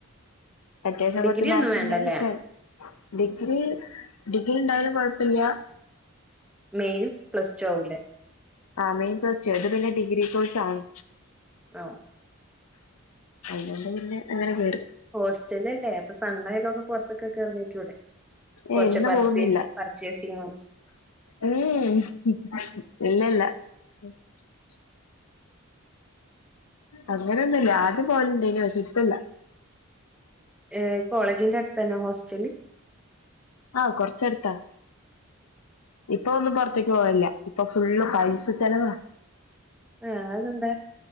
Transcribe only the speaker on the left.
അത്യാവശ്യം
കൊറച്ച് മാർക്ക്ണ്ടെങ്കി
കേറാ. ഡിഗ്രി ഡിഗ്രിണ്ടായാലും കൊഴപ്പില്ല
ആ മെയിൻ പ്ലസ്ടുവ ഇത് പിന്നെ ഡിഗ്രി കോഴ്സാണ്
അയ്നോണ്ട് പിന്നെ അങ്ങനെ കേറി
ഏയ് ഇന്ന്
പോകുന്നില്ല
ഉം ഇല്ലല്ല <inaudible> അങ്ങനൊന്നുല്ല ആദ്യം പോകല്ണ്ടേനി പശേപ്പല്ല
ആഹ് കൊറച്ചടുത്താ ഇപ്പോന്നും പൊറത്തേക്ക് പോവലില്ല ഇപ്പൊ ഫുള്ള് പൈസ ചെലവാ